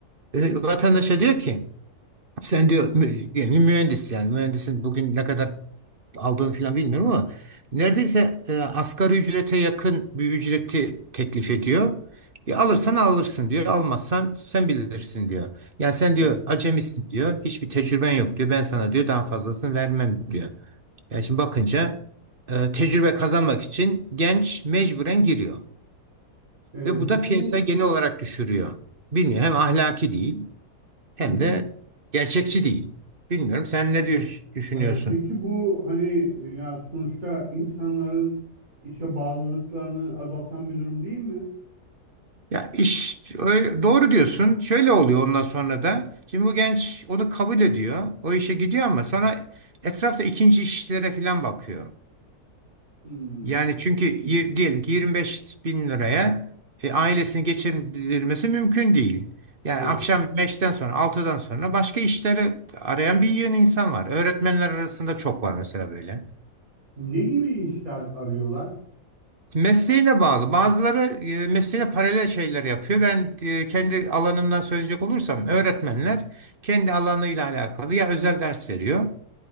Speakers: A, on the right; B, on the right.
A: E, vatandaşa diyor ki sen diyor mü, yani mühendis yani mühendisin bugün ne kadar aldığını falan bilmiyorum ama neredeyse e, asgari ücrete yakın bir ücreti teklif ediyor. E, alırsan alırsın diyor almazsan sen bilirsin diyor. Yani sen
B: Evet.
A: diyor acemisin diyor hiçbir tecrüben yok diyor ben sana diyor daha fazlasını vermem diyor. Yani şimdi bakınca e, tecrübe kazanmak için genç mecburen giriyor.
B: E,
A: Ve bu
B: peki
A: da piyasa
B: bu
A: genel olarak düşürüyor. Bilmiyorum hem ahlaki değil hem
B: hı hı.
A: de gerçekçi değil. Bilmiyorum sen ne diyor- düşünüyorsun?
B: Ee, peki bu hani ya sonuçta insanların işe bağlılıklarını azaltan bir durum değil mi?
A: Ya iş ö- doğru diyorsun. Şöyle oluyor ondan sonra da. Şimdi bu genç onu kabul ediyor. O işe gidiyor ama sonra etrafta ikinci işlere falan bakıyor.
B: Hmm.
A: Yani çünkü
B: İlginç.
A: yir- diyelim ki 25 bin liraya e, ailesini geçindirmesi mümkün değil. Yani
B: Evet.
A: akşam 5'ten sonra 6'dan sonra başka işlere arayan bir yığın insan var. Öğretmenler arasında çok var mesela böyle.
B: Ne gibi işler arıyorlar?
A: Mesleğine bağlı. Bazıları e, mesleğine paralel şeyler yapıyor. Ben e, kendi alanımdan söyleyecek olursam öğretmenler kendi alanıyla alakalı ya özel ders veriyor